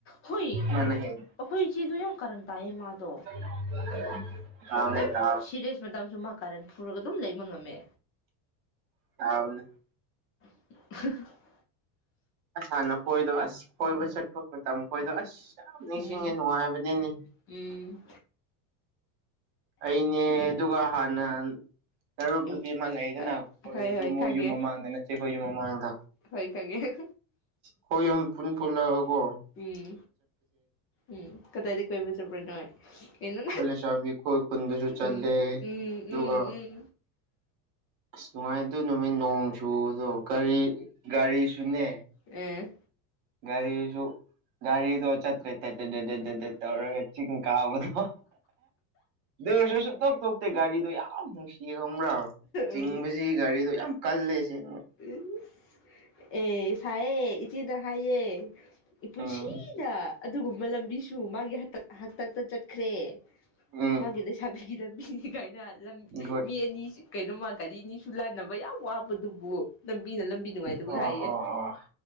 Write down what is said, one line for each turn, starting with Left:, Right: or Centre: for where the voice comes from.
Left: ꯍꯣꯏ
Right: ꯃꯥꯅ ꯍꯦꯟ
Left: ꯑꯩꯈꯣꯏ ꯏꯆꯦꯗꯨ ꯌꯥꯝ ꯀꯥꯔꯟ ꯇꯥꯏꯌꯦ ꯃꯥꯗꯣ
Right: <unintelligible>
Left: ꯑꯗꯨꯝ
Right: ꯇꯥꯕ
Left: ꯁꯤꯔꯤꯌꯦꯁ ꯃꯇꯝꯁꯨ ꯃꯥ ꯀꯥꯔꯟ ꯐꯨꯔꯒ ꯑꯗꯨꯝ ꯂꯩꯕ ꯉꯝꯃꯦ
Right: <unintelligible>
Left: <unintelligible>
Right: ꯑꯁꯥꯟꯅꯈꯣꯏꯗꯣ ꯑꯁ ꯀꯣꯏꯕ ꯆꯠꯄ ꯃꯇꯝ ꯈꯣꯏꯗꯣ ꯑꯁ ꯌꯥꯝ ꯅꯤꯡꯁꯤꯡꯉꯦ
Left: ꯎꯝ
Right: ꯅꯨꯡꯉꯥꯏꯕꯅꯤꯅꯤ
Left: ꯎꯝ
Right: ꯑꯩꯅꯦ ꯑꯗꯨꯒ ꯍꯥꯟꯅ ꯑꯔꯨꯞ
Left: ꯎꯝ
Right: ꯅꯨꯄꯤ ꯑꯃ ꯂꯩꯗꯅ
Left: ꯑ
Right: ꯑꯩꯈꯣꯏꯗꯨ
Left: ꯍꯣꯏ ꯍꯣꯏ
Right: ꯃꯣꯏ
Left: ꯈꯪꯉꯦ
Right: ꯌꯨꯝ ꯃꯃꯥꯡꯗ ꯅꯠꯇꯦ ꯑꯩꯈꯣꯏ ꯌꯨꯝ ꯃꯃꯥꯡꯗ
Left: ꯍꯣꯏ ꯈꯪꯉꯦ
Right: ꯈꯣꯏꯌꯨꯝ ꯄꯨꯟ ꯄꯨꯜꯂ ꯀꯣ
Left: ꯎꯝ ꯎꯝ ꯀꯗꯥꯏꯗꯒꯤ ꯀꯣꯏꯕ ꯆꯠꯄ꯭ꯔꯥ ꯅꯣꯏ ꯀꯩꯅꯣ
Right: ꯈꯣꯏ ꯂꯩꯁꯥꯕꯤ ꯈꯣꯏ ꯈꯨꯟꯗꯁꯨ ꯆꯠꯂꯦ
Left: ꯎꯝ ꯎꯝ
Right: ꯑꯗꯨꯒ
Left: ꯎꯝ ꯎꯝ
Right: ꯑꯁ ꯅꯨꯡꯉꯥꯏꯗꯨ ꯅꯨꯃꯤꯠ ꯅꯣꯡ ꯆꯨꯕꯗꯨ ꯒꯥꯔꯤ ꯒꯥꯔꯤꯁꯨꯅꯦ
Left: ꯑꯦ
Right: ꯒꯥꯔꯤꯁꯨ ꯒꯥꯔꯤ ꯑꯗꯣ ꯆꯠꯇꯦ ꯗꯦ ꯗꯦ ꯗꯦ ꯇꯧꯔꯒ ꯆꯤꯡ ꯀꯥꯕꯗꯣ ꯑꯗꯨ ꯑꯣꯏꯔꯁꯨ ꯁꯨꯡꯇꯣꯛꯇꯦ ꯒꯥꯔꯤꯗꯣ ꯌꯥꯝ ꯅꯨꯡꯁꯤ ꯌꯦꯡꯉꯪꯕ꯭ꯔꯥ ꯆꯤꯡꯕꯁꯤ
Left: ꯎꯝ
Right: ꯒꯥꯔꯤꯗꯣ ꯌꯥꯝ ꯀꯜꯂꯦ ꯁꯦꯡ
Left: ꯏꯁ ꯑꯦ ꯁꯥꯏꯌꯦ ꯏꯆꯦꯗ ꯍꯥꯏꯌꯦ ꯏꯄꯨꯟꯁꯤꯅ
Right: ꯎꯝ
Left: ꯑꯗꯨꯒꯨꯝꯕ ꯂꯝꯕꯤꯁꯨ ꯃꯥꯒꯤ ꯍꯥꯡꯇꯪ ꯍꯥꯡꯇꯪꯇ ꯆꯠꯈ꯭ꯔꯦ
Right: ꯎꯝ
Left: ꯃꯥꯒꯤ ꯂꯩꯁꯥꯕꯤꯗ ꯄꯤꯔꯤꯅꯤ ꯒꯥꯏꯗ ꯂꯝ
Right: ꯒꯨꯗ
Left: ꯃꯤ ꯑꯅꯤ ꯀꯩꯅꯣ ꯃꯥ ꯒꯥꯔꯤ ꯑꯅꯤ ꯂꯛꯅꯕ ꯌꯥꯝ ꯋꯥꯕꯗꯨꯕꯨ ꯂꯝꯕꯤꯅ ꯂꯝꯕꯤ ꯅꯨꯡꯉꯥꯏꯇꯕꯒ
Right: ꯑꯣ
Left: ꯍꯥꯏꯌꯦ
Right: ꯑꯣ ꯑꯣ